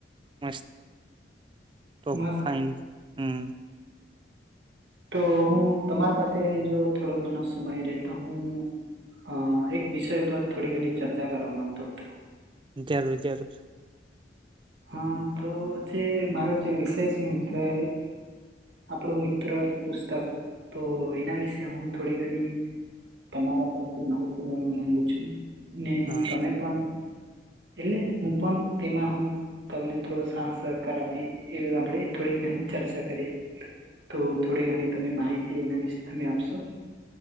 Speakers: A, on the right; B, on the right.
A: મસ્ત ટોપ
B: મસ્ત
A: ફાઈન હમ.
B: તો હું તમારા પાસે જો થોડો ઘણો સમય રેતો હું. અ એક વિષય પર થોડી ઘણી ચર્ચા કરવા માંગતો હતો.
A: જરૂર જરૂર.
B: હા તો જે મારો જે વિષય છે. મિત્રએ આપણું મિત્ર પુસ્તક તો એના વિશે હું થોડી ઘણી તમારા પરથી માહિતી મેળવા માંગુ છું. ને
A: હા
B: તમે પન એટલે હું પન તેમાં હું તમને થોડો સાહ સહકાર આપીએ એવી આપણેે થોડી ઘણી ચર્ચા કરીએ. તો થોડી ઘણી તમે માહિતી એના વિશે તમે આપશો?